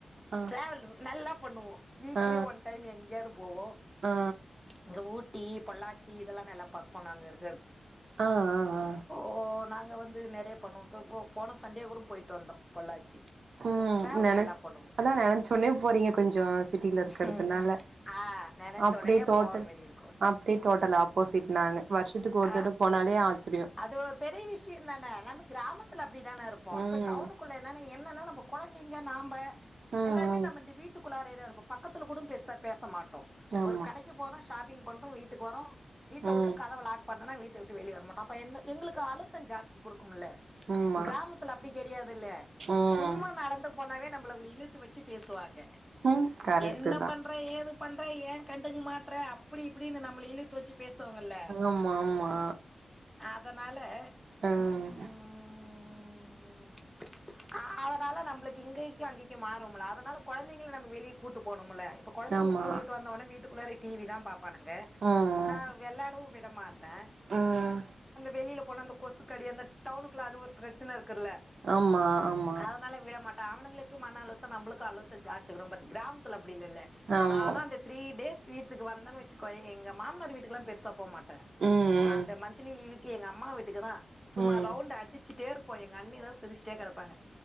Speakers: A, on the right; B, in the centre.
A: ஆ ஆ
B: டிராவல் நல்லா பண்ணுவோ வீக்லி
A: ஆ
B: ஒன் டைம் எங்கேயாவது போவோ
A: ஆ
B: இங்க உட் டீ பொள்ளாச்சி இதெல்லா நல்ல பக்க நாங்கே இருக்
A: ஆ ஆ ஆ
B: ஒ நாங்க வந்து நெறைய பண்ணுவோ இப்போ போன சண்டே கூட போயி்ட்டு வந்தோ பொள்ளாச்சி
A: ம்
B: டிராவல்
A: நென
B: நல்லா பண்ணுவோம்
A: அதா நெனைச்ச உன்னே போறீங்க கொஞ்ச சிட்டில இருக்கிறதுனாலே
B: ம். ஆ நெனைச்ச
A: அப்டியே
B: உடனே
A: டோட்டல்
B: போற மாரி இருக்கும்
A: அப்டியே டோட்டல் ஆப்போசிட் நானு வருஷத்துக்கு ஒரு
B: ஆ
A: தட போனாலே ஆச்சி
B: அது ஒரு பெரிய விஷய தானே நம்ம கிராமத்துல அப்டிதானே இருப்போ
A: ம்
B: இப்ப டவுனுக்குள்ளே என்ன என்னன்னா நம்ப குழந்தைங்க நாம்ப
A: ம்
B: எல்லாமே
A: ம்
B: நம்ம இந்த வீட்டுக்குள்ளாரயே தா இருப் போ பக்கத்துல கூட பெருசா பேச மாட்டோ
A: ஆமா
B: ஒரு கடைக்கு போறோ ஷாப்பிங் பண்றோ வீட்டுக்கு வரோ வீட்டே
A: ம்
B: உட்டு கதவ ஆ லாக் பண்ணனா வீட்டே விட்டு வெளியே வர மாட்டா அப்ப என் எங்களுக்கு அழுத்த ஜாஸ்தி கொடு ம்ல்லே
A: ஆமா
B: கிராமத்தில அப்டி கடையாது இல்லே
A: ம்
B: சும்மா நடந்து போனாவே நம்ம இழுத்து வச்சு பேசுவாங்க
A: ம் கரெக்ட்டு
B: என்ன
A: தா
B: பண்ற ஏது பண்ற ஏ கண்டுங்க மாட் றே அப்டி இப்டின்னு நம்மளே இழுத்து வச்சு பேசுவாங்கல்லே
A: ஆமா ஆமா
B: அதனால
A: ம்
B: ம் அ அதனால நம்மளுக்கு இங்கேக்கு அங்கேக்கு மாறுவம்லே அதனால குழந்தைங்கல நம்ப வெளியே கூட்டு போனும்லே இப்ப குழந்தைங்க
A: ஆமா
B: ஸ்கூல் உட்டு வந்தோனோ வீட்டுகுள்ளற டிவி தா பாப் பண்ணுங்க
A: ம்
B: நா விளாடவு விட மாட்டே
A: ம்
B: வெளியிலே போன இந்த கொசுக்கடி அந்த டவுனுக்குள்ள அது ஒரு பிரச்சனை இருக் குலே
A: ஆமா ஆமா
B: அதனால விட மாட்ட அவணுங்களுக்கு மன அழுத்த நம்மளுக்கு அழுத்த ஜாஸ்தி ரொம்ப கிராமத்தல அப்டி இல்லலே
A: ஆமா
B: நானா அந்த த்ரீ டேஸ் வீட்டுக்கு வந்தன்னு வச்சு க்கோ எங்க மாமனார் வீட்டுக்கெல்லா பெருசா போ மாட்டே
A: ம் ம்
B: அந்த மந்த்லி லீவுக்கு எங்க அம்மா வீட்டுக்கு தா சும்மா
A: ம்
B: ரவுண்ட் அடிச்சிட்டே இருப்போ எங்க அண்ணிதா சிரிச்சிட்டே கிடப்பாங்க